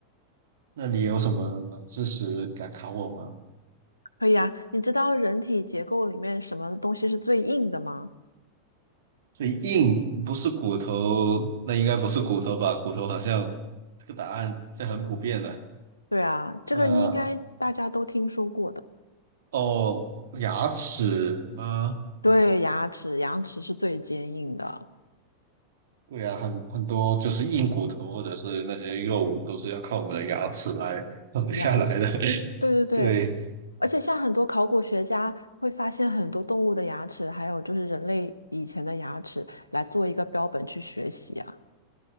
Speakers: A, on the right; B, on the left.
A: 那你有什么能知识敢考我吗？
B: 可以啊，你知道人体结构里面什么东西是最硬的吗？
A: 最硬不是骨头，那应该不是骨头吧？骨头好像这个答案是很普遍的。
B: 对啊，这个应该大家都听说过的。
A: 那哦，牙齿吗？
B: 对，牙齿，牙齿是最坚硬的。
A: 对啊，很很多就是硬骨头或者是那些肉都是要靠我们的牙齿来 <laughs> 啃下来的。
B: 有，
A: <laughs>
B: 对对对，
A: 对，
B: 而且像很多考古学家会发现很多动物的牙齿，还有就是人类以前的牙齿，来做一个标本去学习啊。